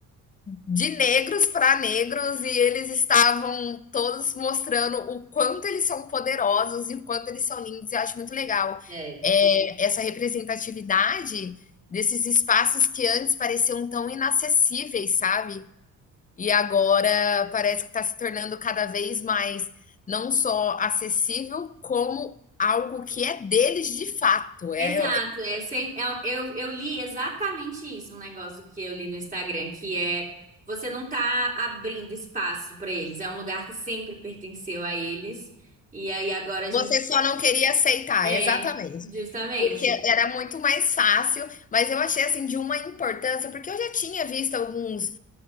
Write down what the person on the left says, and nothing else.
de negros para negros e eles estavam todos mostrando o quanto eles são poderosos e o quanto eles são lindos. Eu acho muito legal
é, essa representatividade desses espaços que antes pareciam tão inacessíveis, sabe? E agora parece que está se tornando cada vez mais não só acessível, como algo que é deles de fato. É,
Você
só não queria aceitar,
exatamente.
Porque era muito mais fácil, mas eu achei assim de uma importância, porque eu já tinha visto alguns